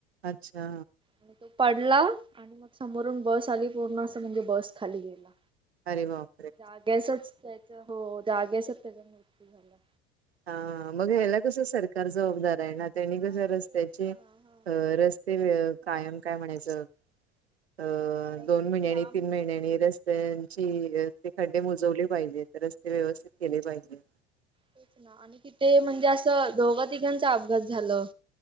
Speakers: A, on the right; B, on the right.
A: अच्छा,
B: आणि तो पडला आणि मग समोरून बस आली पूर्ण अस म्हणजे बस खाली गेला.
A: अरे बाप?
B: जाग्यासच त्याचा हो जागयासच त्याचा मृत्यू झाला.
A: हा. मग ह्याला कसं सरकार जबाबदार आहे ना, त्यांनी
B: हा
A: कस
B: तेच
A: रस्त्याचे
B: ना हा.
A: रस्ते ते कायम काय म्हणायचं अ
B: रस्ता
A: - दोन महिन्यांनी
B: काम
A: तीन महिन्यानी रस्ते त्यांची. ते खड्डे बुजवले पाहिजे तर रस्ते व्यवस्थित केले पाहिजे.
B: तेच आणि तिथे म्हणजे असं दोघं तिघांचा अपघात झालं.